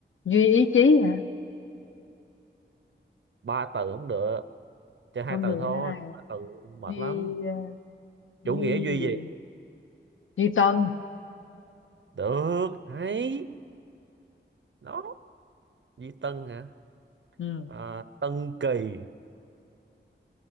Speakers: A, on the left; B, on the right.
A: duy ý chí hả
B: ba từ không được chơi hai
A: không
B: từ
A: được
B: thôi
A: cái hai à
B: ba từ mệt
A: duy
B: lắm
A: ờ,
B: chủ
A: duy
B: nghĩa duy
A: gì
B: gì
A: rồi? duy tân
B: được hay đó duy tân hả
A: ừ.
B: à, tân kỳ